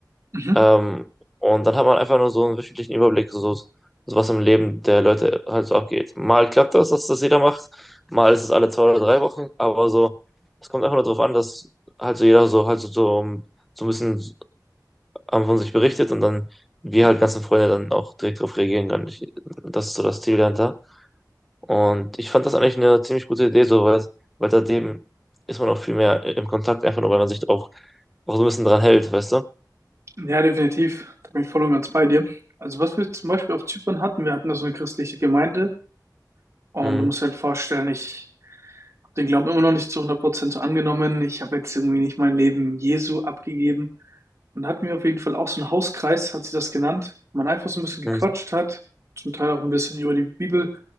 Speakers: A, on the right; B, in the centre.
A: Mhm.
B: Ähm, und dann hat man einfach nur so einen wöchentlichen Überblick, so, so so was im Leben der Leute halt so abgeht. Mal klappt das, dass das jeder macht, mal ist es alle zwei oder drei Wochen, aber so, es kommt einfach nur darauf an, dass halt so jeder so halt so, so, um, so ein bisschen am- von sich berichtet und dann wir halt ganzen Freunde dann auch direkt drauf reagieren können. Ich, das ist so das Ziel dahinter. Und ich fand das eigentlich eine ziemlich gute Idee, so, weil, weil seitdem ist man auch viel mehr im Kontakt, einfach nur, weil man sich auch, auch so ein bisschen dran hält, weißt du?
A: Ja, definitiv. Da bin ich voll und ganz bei dir. Also was wir zum Beispiel auf Zypern hatten, wir hatten da so eine christliche Gemeinde und
B: Mhm.
A: du musst halt vorstellen, ich den Glauben immer noch nicht zu hundert Prozent so angenommen. Ich habe jetzt irgendwie nicht mein Leben Jesu abgegeben. Und da hatten wir auf jeden Fall auch so einen Hauskreis, hat sie das genannt, wo man einfach so ein bisschen gequatscht
B: Mhm.
A: hat, zum Teil auch ein bisschen über die Bibel